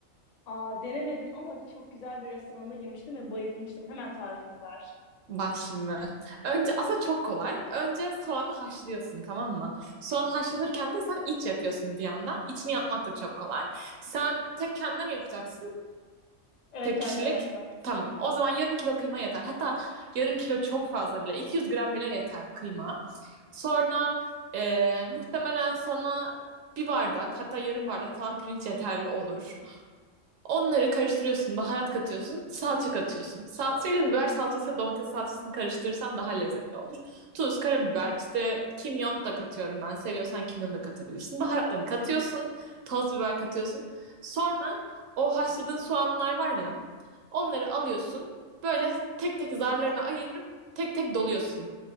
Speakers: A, on the left (about 55°); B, on the right (about 75°).
A: Aa denemedim ama çok güzel bir restoranda yemiştim ve bayılmıştım. Hemen tarifini ver.
B: Bak şimdi. Önce aslında çok kolay. Önce soğanı haşlıyorsun tamam mı? Soğan haşlanırken de sen iç yapıyorsun bir yandan. İçini yapmak da çok kolay. Sen tek kendine mi yapacaksın?
A: Evet
B: Tek
A: kendime
B: kişilik.
A: yapacağım.
B: Tamam. O zaman yarım kilo kıyma yeter. Hatta yarım kilo çok fazla bile. 200 gram bile yeter kıyma. Sonra e, muhtemelen sana bir bardak hatta yarım bardak falan pirinç yeterli olur. Onları karıştırıyorsun, baharat katıyorsun, salça katıyorsun. Salçayla biber salçası, domates salçasını karıştırırsan daha lezzetli olur. Tuz, karabiber, işte kimyon da katıyorum ben. Seviyorsan kimyon da katabilirsin. Baharatlarını katıyorsun, toz biber katıyorsun. Sonra o haşladığın soğanlar var ya, onları alıyorsun. Böyle tek tek zarlarına ayırıp tek tek doluyorsun.